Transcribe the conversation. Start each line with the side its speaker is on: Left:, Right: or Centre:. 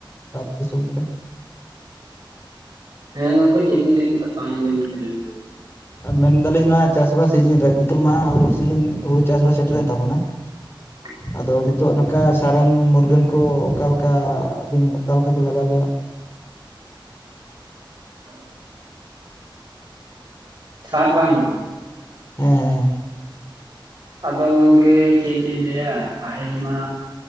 Left: ᱟᱹᱛᱩ ᱫᱤᱥᱚᱢ ᱠᱚᱨᱮ?
Right: ᱦᱮᱸ ᱜᱚᱝᱠᱮ ᱪᱮᱫ ᱵᱤᱱ ᱞᱟᱹᱭ ᱠᱮᱫᱟ ᱵᱟᱝ ᱟᱸᱡᱚᱢ ᱴᱷᱤᱠᱟᱹ ᱞᱮᱱ ᱫᱚ?
Left: ᱢᱮᱱ ᱫᱟᱞᱤᱧ ᱱᱚᱣᱟ ᱪᱟᱥ ᱵᱟᱥ ᱥᱤᱡᱤᱱ ᱨᱮ, ᱱᱤᱛᱚᱜ ᱢᱟ ᱦᱩᱲᱩ ᱥᱤᱡᱤᱱ ᱦᱩᱲᱩ ᱪᱟᱥ ᱵᱟᱥ ᱥᱮᱴᱮᱨᱮᱱ ᱛᱟᱵᱚᱱᱟ᱾
Right: <inaudible>
Left: ᱟᱫᱚ ᱱᱤᱛᱚᱜ ᱱᱚᱝᱠᱟ ᱥᱟᱨᱟᱱ ᱢᱩᱨᱜᱟᱹᱱ ᱠᱚ ᱚᱠᱟ ᱞᱮᱠᱟ? ᱫᱤᱱ ᱚᱠᱟ ᱞᱮᱠᱟ ᱯᱮ ᱞᱟᱜᱟᱣ ᱜᱮᱭᱟ?
Right: <inaudible> ᱥᱟᱨ ᱨᱟᱱ ᱠᱚ?
Left: ᱦᱮᱸ, ᱦᱮᱸ, ᱦᱮᱸ,
Right: ᱟᱫᱚ ᱜᱚᱝᱠᱮ ᱪᱮᱫ ᱞᱤᱧ ᱞᱟᱹᱭᱟ ᱯᱟᱦᱤᱞ ᱢᱟ